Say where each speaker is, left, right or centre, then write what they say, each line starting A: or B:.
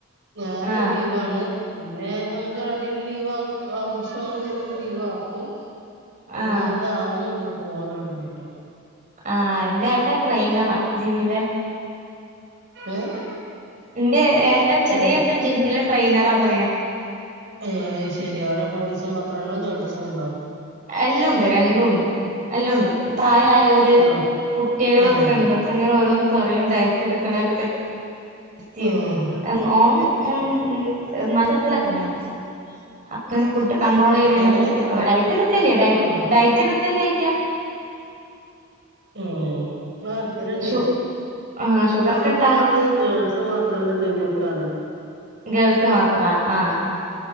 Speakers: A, on the right (about 60°); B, on the right (about 40°).
A: ഞായറ്
B: ആഹ്
A: ലീവാണ് പിന്നെ നമുക്ക് അടിയിൽ ലീവാകു ആവശ്യങ്ങൾ വരുമ്പോ ലീവാക്കും ഒരു
B: ആഹ്
A: മന്താവുന്നുള്ളു പോവാൻ തൊടങ്ങിയിട്ട്
B: ആഹ് ഇന്റെ ഏട്ടൻ ട്രെയിനറാ ജിമ്മിലെ
A: ഏഹ്
B: ഇന്റെ ഏട്ടൻ ചെറിയ
A: ഏഹ്
B: ഏട്ടൻ ജിമ്മിലെ ട്രെയിനറാ പറയാ
A: ഏഹ് അയ് ശരി അവിടെ ബോയ്സ് മാത്രാണോ ഗേൾസും ഉണ്ടോ
B: എല്ലൊണ്ട് രണ്ടും ഉണ്ട് എല്ലൊ ഉണ്ട് പ്രായായോര്
A: ആഹ്
B: കുട്ടികളൊക്കെ
A: ആഹ്
B: ഉണ്ട് അപ്പൊ ഇങ്ങനെ ഓരോന്ന് പറയും ഡയറ്റ് എടുക്കണെ പറ്റ് <unintelligible>
A: ആഹ്
B: എം ഓ ഉം <unintelligible> അപ്പൊ ഇങ്ങനെ ഫുഡ് കണ്ട്രോള് ചെയ്യുന്നതിനെ
A: എങ്ങനെ
B: പറ്റിയും ക്കൊരു ഡയറ്റ് എടുക്കല്ലേ ഡ
A: ആഹ്
B: ഡയറ്റ് എടുക്കല്ലേ ചോയിക്കാ
A: ഉം ആഹ് എടുക്കല്ണ്ട്
B: ഷു ആഹ് ഷുഗർ
A: ഞാൻ
B: കട്ടാ
A: പോണത് ഗേൾസ് സ് മാത്രള്ള ജിമ്മ്ക്കാണ്
B: ഗേൾസ് മാത്രാ ആഹ്